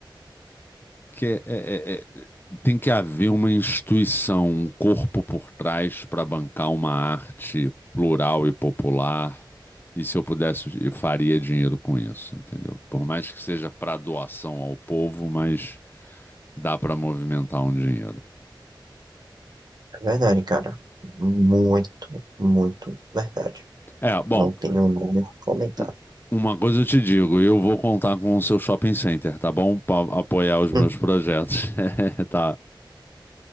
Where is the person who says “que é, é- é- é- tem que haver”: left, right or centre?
Left